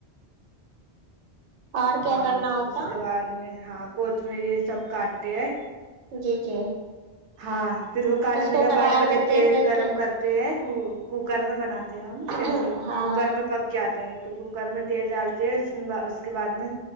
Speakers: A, on the right; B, on the right.
A: اور کیا
B: ہاں
A: کرنا ہوتا
B: اس کے بعد میں ہاں کوتمیر یے سب کاٹتے ہیں
A: جی جی
B: ہاں پھر وہ کاٹنے
A: اس کو
B: کے
A: کڑھائی
B: بعد پہلے
A: میں
B: تیل
A: لے
B: گرم
A: کے
B: کرتے ہے کو کوکر میں بناتے تے
A: آپ
B: جیسے
A: ہاں
B: کوکر
A: ہاں
B: میں پک جاتے ہے تو کوکر میں تیل ڈالتے ہے اس اس کے بعد میں